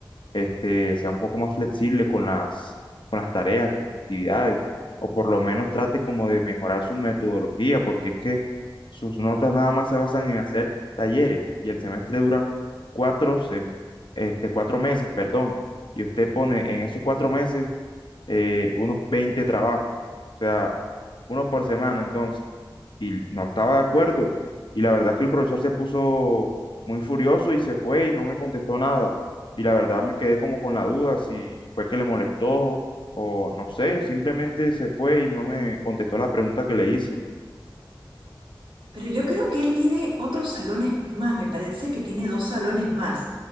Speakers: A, on the left (about 70°); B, on the right (about 85°).
A: este, sea un poco más flexible con las, con las tareas, con las actividades, o por lo menos trate como de mejorar su metodología, porque es que sus notas nada más se basan en hacer talleres y el semestre dura cuatro, sem- este, cuatro meses, perdón, y usted pone en esos cuatro meses eh, unos 20 trabajos, o sea, uno por semana entonces, y no estaba de acuerdo, y la verdad es que el profesor se puso muy furioso y se fue y no me contestó nada y la verdad me quedé como con la duda si fue que le molestó o no sé, simplemente se fue y no me contestó la pregunta que le hice.
B: Pero yo creo que él tiene otros salones más, me parece que tiene dos salones más.